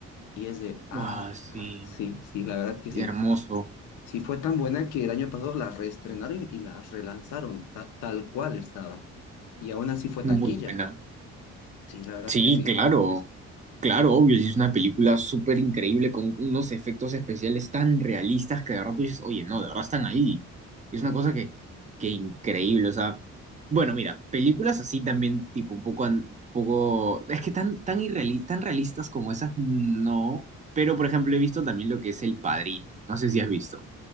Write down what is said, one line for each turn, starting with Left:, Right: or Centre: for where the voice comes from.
Left: Y es de, ah,
Right: Ah, sí,
Left: ah, sí, sí, la verdad que sí.
Right: hermoso,
Left: Sí, fue tan buena que el año pasado la reestrenaron y la relanzaron ta- tal cual estaba. Y aún así fue
Right: muy
Left: taquilla.
Right: buena.
Left: Sí, la verdad
Right: Sí,
Left: que sí.
Right: claro, claro, obvio, sí, es una película súper increíble con unos efectos especiales tan realistas que de verdad tú dices, oye, no, de verdad están ahí. Es una cosa que, que increíble, o sea, bueno, mira, películas así también, tipo, un poco, an- poco, es que tan, tan, irreali- tan realistas como esas, no, pero por ejemplo he visto también lo que es El Padrino, no sé si has visto.